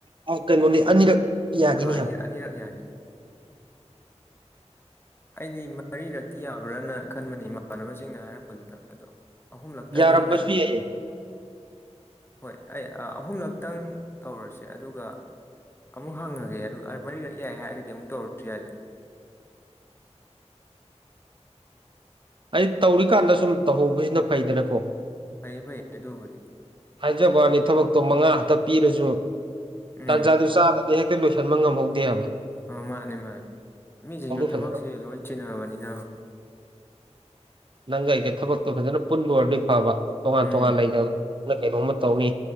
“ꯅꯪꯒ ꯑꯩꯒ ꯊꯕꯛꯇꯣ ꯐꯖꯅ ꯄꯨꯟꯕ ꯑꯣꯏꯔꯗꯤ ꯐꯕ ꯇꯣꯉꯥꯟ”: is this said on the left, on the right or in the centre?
Right